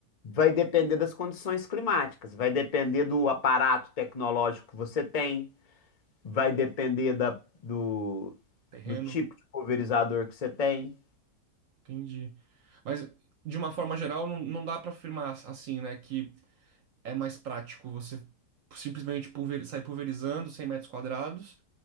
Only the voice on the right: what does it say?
Terreno.
Entendi. Mas, de uma forma geral, não, não dá pra afirmar assim, né, que é mais prático você simplesmente pulver, sair pulverizando 100 metros quadrados